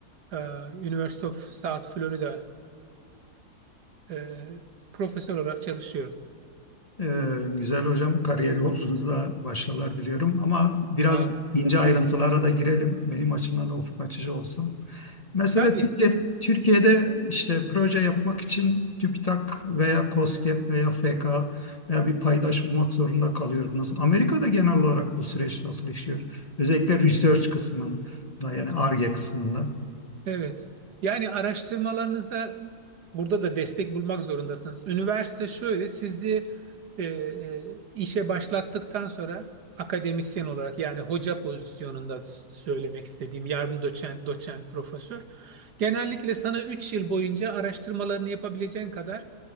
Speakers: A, on the right; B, on the left.
A: e, University of South Florida'da e, profesör olarak çalışıyorum.
B: E, güzel hocam, kariyer yolculuğunuzda başarılar diliyorum ama biraz
A: Ya,
B: ince ayrıntılara da girelim. Benim açımdan da ufuk açıcı olsun. Mesela
A: tabii.
B: Türkiye, Türkiye'de işte proje yapmak için TÜBİTAK veya KOSGEB veya FK veya bir paydaş bulmak zorunda kalıyordunuz. Amerika'da genel olarak bu süreç nasıl işliyor? Özellikle research kısmında yani Ar-Ge kısmında.
A: Evet. Yani araştırmalarınıza burada da destek bulmak zorundasınız. Üniversite şöyle sizi e, e, işe başlattıktan sonra akademisyen olarak yani hoca pozisyonunda söylemek istediğim yardım doçent, doçent, profesör genellikle sana 3 yıl boyunca araştırmalarını yapabileceğin kadar